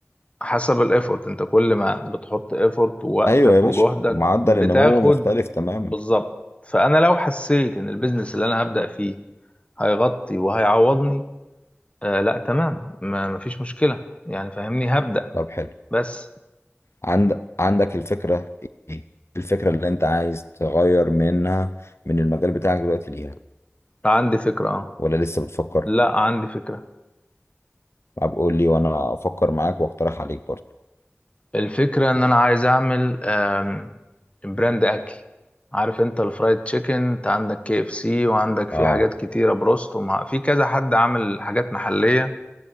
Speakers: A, on the left (about 25°); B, on the left (about 75°).
A: حسب الايفورت انت كل ما بتحط ايفورت ووقتك
B: ايوه يا باشا
A: وجهدك
B: معدل
A: بتاخد
B: النمو مختلف تماما
A: بالظبط فانا لو حسيت ان البيزنس اللي انا هبدأ فيه هيغطي وهيعوضني آه لا تمام ما مفيش مشكلة يعني فاهمني هبدأ
B: طب حلو
A: بس
B: عند... عندك الفكرة ايه الفكرة اللي انت عايز تغير منها من المجال بتاعك دلوقتي ليها
A: عندي فكرة اه
B: ولا لسه بتفكر
A: لا عندي فكرة
B: طب قول لي وانا افكر معاك واقترح عليك برضه
A: الفكرة ان انا عايز اعمل آم، براند اكل عارف انت الفرايد تشيكن انت عندك كي اف سي وعندك في
B: اه
A: حاجات كتيرة بروست ومع في كذا حد عامل حاجات محلية